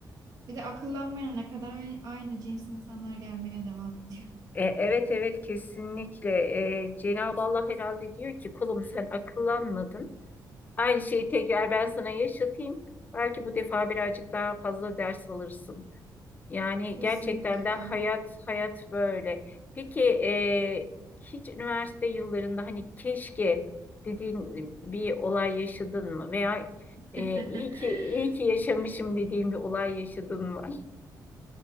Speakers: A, on the right; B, on the left.
A: Bir de akıllanmayana kadar aynı, aynı cins insanlar gelmeye devam ediyor.
B: E, evet evet kesinlikle. E, Cenab-ı Allah herhalde diyor ki kulum sen akıllanmadın. Aynı şeyi tekrar ben sana yaşatayım. Belki bu defa birazcık daha fazla ders alırsın. Yani
A: Kesinlikle.
B: gerçekten de hayat hayat böyle. Peki e, hiç üniversite yıllarında hani keşke dediğin bir olay yaşadın mı? Veya
A: <laughs>
B: e, iyi ki iyi ki yaşamışım dediğin bir olay yaşadın mı?